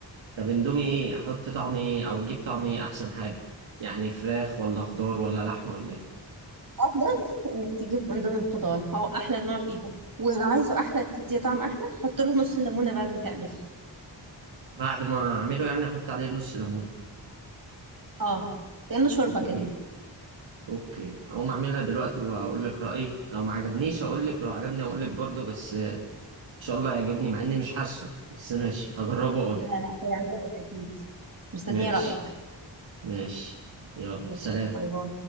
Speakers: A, on the right; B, on the right.
A: طب إندومي إيه أحط طعم إيه أو أجيب طعم إيه أحسن حاجة يعني فراخ ولا خضار ولا لحمة ولا إيه
B: افضل انك تجيب اندومي الخضار هو احلى نوع فيهم ولو عايزه احلى تديه طعم احلى حط له نص الليمونه بعد ما تعمل
A: بعد ما اعمله يعني احط عليه نص ليمون
B: اه كانه شوربه
A: اوكي
B: كده
A: اوكي هقوم اعملها دلوقتي واقول لك رايي لو ما عجبنيش اقول لك ولو عجبني اقول لك برضه بس ان شاء الله هيعجبني مع اني مش حاسه بس ماشي هجربه واقول
B: لا
A: لك
B: لا هيعجبك اكيد مستنيه
A: ماشي
B: رايك
A: ماشي يلا
B: ماشي
A: سلام
B: باي باي